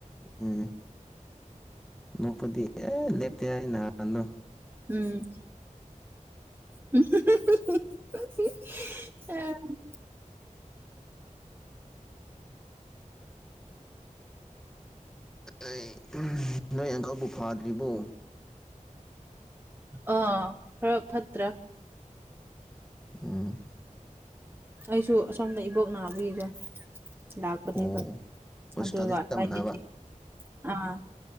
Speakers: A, in the centre; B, on the right.
A: ꯎꯝ ꯅꯣꯛꯄꯗꯤ ꯑꯦ ꯂꯦꯞꯇꯦ ꯍꯥꯢ ꯅꯥꯍꯥꯟꯗꯣ
B: ꯎꯝ <unintelligible> <unintelligible>
A: ꯑꯩ ꯅꯣꯏ ꯑꯪꯀꯜꯕꯨ ꯐꯥꯗ꯭ꯔꯤꯕꯣ
B: ꯑ ꯈꯔ ꯐꯠꯇ꯭ꯔꯥ
A: ꯎꯝ
B: ꯑꯩꯁꯨ ꯑꯁꯣꯝꯗ ꯏꯕꯣꯛ ꯅꯥꯕꯒꯤꯀꯣ ꯂꯥꯛꯄꯅꯦꯕ
A: ꯑꯣ ꯍꯣꯁꯄꯤꯇꯥꯜꯗ
B: ꯑꯗꯨꯒ
A: ꯆꯠꯂꯝꯕꯅꯦꯕ
B: ꯑꯁꯨꯃꯥꯢꯗꯤ ꯊꯦꯡ ꯑꯥ